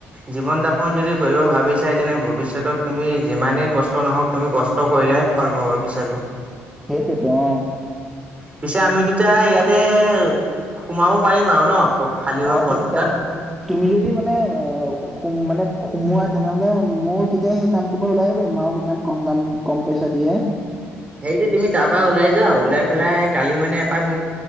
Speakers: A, on the right; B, in the centre.
A: জীৱন যাপন যদি কৰিব ভাবিছাএ তেনে ভৱিষ্যত তুমি যিমানেই কষ্ট নহওক তুমি কষ্ট কৰিলেহে। ফল পাব বিছাৰি।
B: সেইটো অ,
A: পিছে আমি দুটাই ইয়াতে সোমাব পাৰিম আৰু ন। খালী হোৱা
B: অ
A: পথ
B: তেন
A: দুটাত
B: তেন, তুমি যদি মানে অ মানে সুমোৱা তেনেহলে মইও তেতিয়া সেই, কামটো বাৰু ওলাই আহিব পাৰিম আও ইমান কম দাম কম পইচা দিয়ে।
A: এইযে তুমি তাৰপৰা ওলাই যোৱা ওলাই পেলাই কালি মানে এপাক মোক।